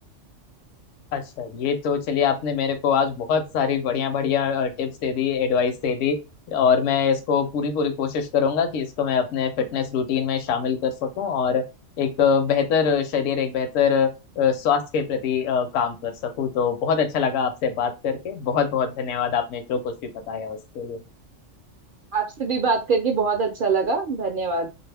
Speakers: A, on the left; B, on the right.
A: अच्छा ये तो चलिए आपने मेरे को आज बहुत सारी बढ़िया बढ़िया टिप्स दे दी एडवाइस दे दी और मैं इसको पूरी पूरी कोशिश करूंगा कि इसको मैं अपने फिटनेस रूटीन में शामिल कर सकूं और एक अ, बेहतर शरीर एक बेहतर अ, स्वास्थ्य के प्रति अ, काम कर सकूं तो बहुत अच्छा लगा आपसे बात करके बहुत बहुत धन्यवाद आपने जो कुछ भी बताया उसके लिए
B: आपसे भी बात करके बहुत अच्छा लगा धन्यवाद